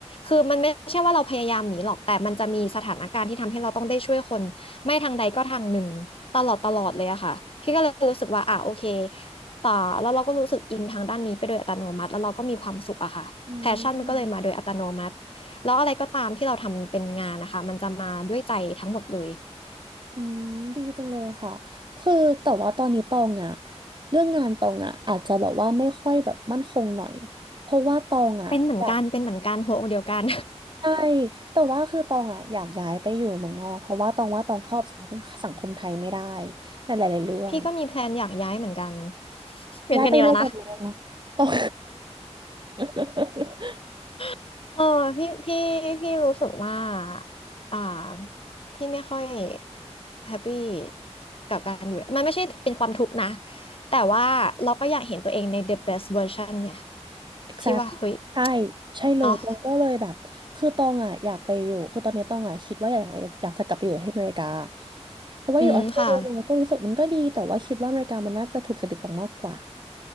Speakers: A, on the left (about 55°); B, on the right (about 40°).
A: คือมันไม่ใช่ว่าเราพยายามหนีหรอกแต่มันจะมีสถานการณ์ที่ทำให้เราต้องได้ช่วยคนไม่ทางใดก็ทางหนึ่งตลอดตลอดเลยอะค่ะพี่ก็เลยรู้สึกว่าอ่ะโอเคต่อแล้วเราก็รู้สึกอินทางด้านนี้ไปโดยอัตโนมัติแล้วเราก็มีความสุขอะค่ะ
B: อืม
A: แพชชั่นมันก็เลยมาโดยอัตโนมัติแล้วอะไรก็ตามที่เราทำเป็นงานนะคะมันจะมาด้วยใจทั้งหมดเลย
B: อืมดีจังเลยค่ะคือแต่ว่าตอนนี้ตองอ่ะเรื่องงานตองอ่ะอาจจะแบบว่าไม่ค่อยแบบมั่นคงหน่อยเพราะว่าตองอ่ะอยาก
A: เป็นเหมือนกันเป็นเหมือนกันหัวอกเดียวกัน
B: ใช่แต่ว่าคือตองอ่ะอยากย้ายไปอยู่เมืองนอกเพราะว่าตองว่าตองเข้าสังคมสังคมไทยไม่ได้ในหลายๆเรื่อง
A: <laughs> พี่ก็มีแพลนอยากย้ายเหมือนกันเปลี่ยนกันอีกแล้วนะ
B: ย้ายไปด้วยกันเลยนะตอง <laughs>
A: <laughs> เออพี่พี่พี่รู้สึกว่าอ่าพี่ไม่ค่อยแฮปปี้กับการอยู่มันไม่ใช่เป็นความทุกข์นะแต่ว่าเราก็อยากเห็นตัวเองใน the best version ไง
B: exact
A: ที่ว่าเฮ้ย
B: ใช่ใช่เลยตองก็เลยแบบคือตองอ่ะอยากไปอยู่คือตอนนี้ตองอ่ะคิดว่าอยากอยากจะกลับไปอยู่ที่อเมริกา
A: เนาะ
B: เพราะว่าอยู่ออสเตรเลียเนี่ยก็รู้สึกมันก็ดีแต่ว่าคิดว่าอเมริกามันน่าจะถูกจริตตองมากกว่า
A: อืมค่ะ